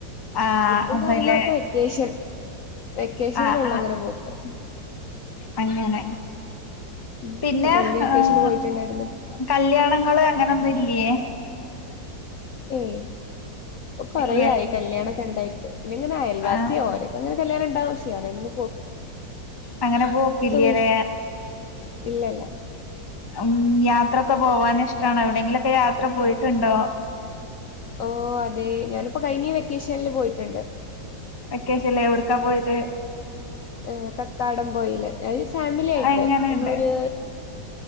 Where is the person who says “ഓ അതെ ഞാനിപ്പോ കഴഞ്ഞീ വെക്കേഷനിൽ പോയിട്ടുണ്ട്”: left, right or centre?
Left